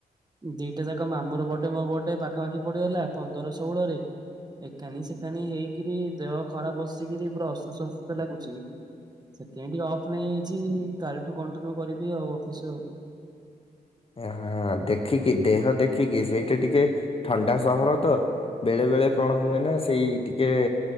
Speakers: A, on the right; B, on the left.
A: ଦିଟା ଯାକ ମାମୁର ବଡେ ମୋ ବଡେ ପାଖାପାଖି ପଡିଗଲା ପନ୍ଦର ଷୋହଳରେ। ଏକାନି ସେକାନି ହେଇକିରି ଦେହ ଖରାପ ବସିକିରି ପୁରା ଅସୁସ୍ଥ ଅସୁସ୍ଥ ଲାଗୁଛି। ସେଥିପାଇଁ ଟିକେ ଅଫ୍ ନେଇଯାଇଛି କାଲିଠୁ କଣ୍ଟିନ୍ୟୁ କରିବି ଆଉ ଅଫିସ ଆଉ
B: ହଁ ଦେଖିକି ଦେହ ଦେଖିକି ସେଇଟା ଟିକେ ଥଣ୍ଡା ସହର ତ ବେଳେ ବେଳେ କଣ ହୁଏ ନା ସେଇ ଟିକେ